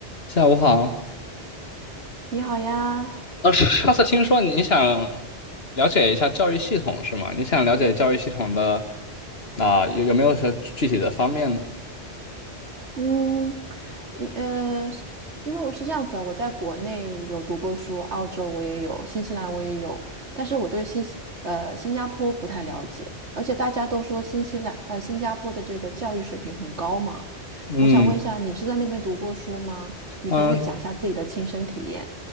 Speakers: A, on the left (about 65°); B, on the right (about 85°).
A: 下午好。
B: 你好呀，
A: <laughs> 上次听说你想了解一下教育系统是吗？你想了解教育系统的啊、有有没有什么具体的方面呢？
B: 嗯，你呃，是因为我是这样子啊，我在国内有读过书，澳洲我也有，新西兰我也有，但是我对新西呃新加坡不太了解，而且大家都说新西兰呃新加坡的这个教育水平很高嘛，
A: 嗯
B: 我想问一下，你是在那边读过书吗？你可不可以讲一下自己的亲身体验？
A: 嗯、